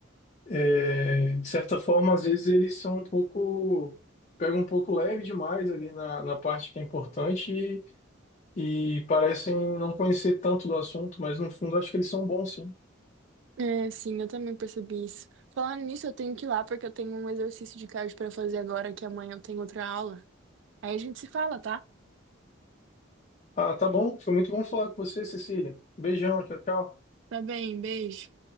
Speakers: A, on the left; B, on the right.
A: É, de certa forma, às vezes eles são um pouco, pegam um pouco leve demais ali na, na parte que é importante e, e parecem não conhecer tanto do assunto, mas no fundo acho que eles são bons sim.
B: É, sim, eu também percebi isso. Falando nisso, eu tenho que ir lá porque eu tenho um exercício de cardio para fazer agora, que amanhã eu tenho outra aula. Aí a gente se fala, tá?
A: Ah, tá bom, foi muito bom falar com você, Cecília. Beijão, tchau, tchau.
B: Tá bem, beijo.